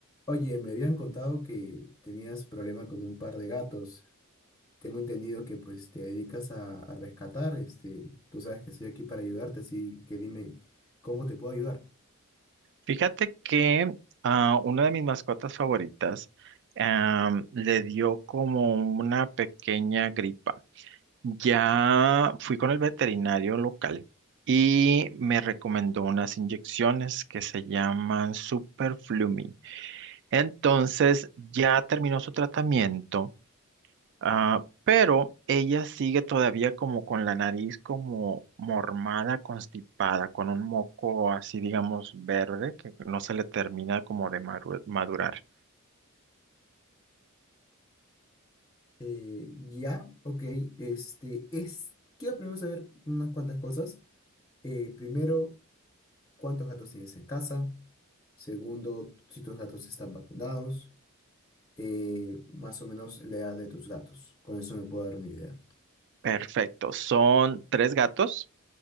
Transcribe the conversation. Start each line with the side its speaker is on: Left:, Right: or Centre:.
Left: Oye, me habían contado que tenías problema con un par de gatos. Tengo entendido que pues te dedicas a, a rescatar, este, tú sabes que estoy aquí para ayudarte, así que dime cómo te puedo ayudar.
Right: Fíjate que a una de mis mascotas favoritas am, le dio como una pequeña gripa. Ya fui con el veterinario local y me recomendó unas inyecciones que se llaman Superflumi. Entonces ya terminó su tratamiento Ah, pero ella sigue todavía como con la nariz como mormada, constipada, con un moco así, digamos, verde, que no se le termina como de maru- madurar.
Left: Eh, ya, ok, este, es, quiero primero saber unas cuantas cosas. Eh, primero, ¿cuántos gatos tienes en casa? Segundo, si tus gatos están vacunados. Eh, más o menos la edad de tus gatos. Con eso me puedo dar una idea.
Right: Perfecto. Son tres gatos.